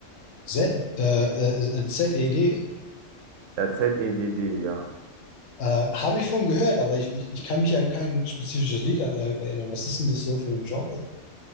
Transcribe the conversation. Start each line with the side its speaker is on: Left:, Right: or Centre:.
Left: Z, äh, äh, ZED
Right: Ja, Z-E-D-D, ja.
Left: äh, habe ich von gehört, aber ich, ich, ich kann mich an kein spezifisches Lied er- erinnern. Was ist denn das so für ein Genre?